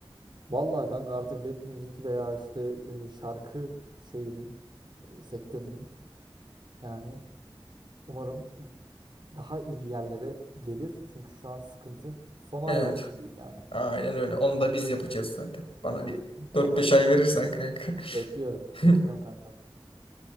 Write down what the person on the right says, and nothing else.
Vallahi kanka artık rap müzik veya işte e, şarkı şeyinin e, sektörünün yani umarım daha iyi yerlere gelir. Çünkü şu an sıkıntı. Sona
ayrı olsun diyeyim yani
artık.
Ne diyeyim
kankam.
İnşallah
inşallah.
Bekliyorum.
Bekliyorum kankam.